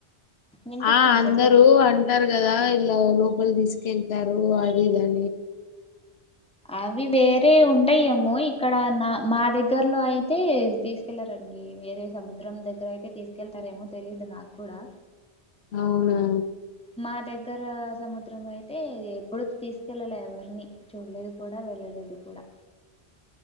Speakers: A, in the centre; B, on the left.
A: వినిపిస్తుంది
B: ఆ అందరూ
A: చెప్పండి
B: అంటారు కదా ఇలా లో ములు తీసుకెళ్తారు అది ఇది
A: అవి వేరే ఉంటాయేమో ఇక్కడ నా మా దగ్గర్లో అయితే తీసుకెళ్లరండి అడి వేరే సముద్రం దగ్గర అయితే తీసుకెళ్తారేమో తెలీదు నాకు కూడా
B: అవునా
A: మాద ఇక్కర సముద్రం అయితే ఎప్పుడు తీసుకెళ్ళాల ఎవరిని చూడలేదు కూడా వెళ్ళలేదు కూడా